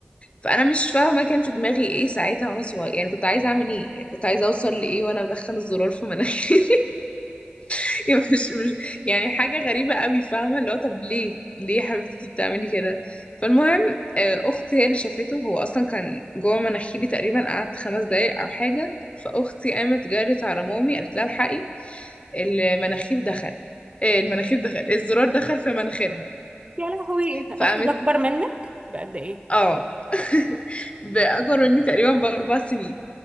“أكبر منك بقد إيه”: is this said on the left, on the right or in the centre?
Right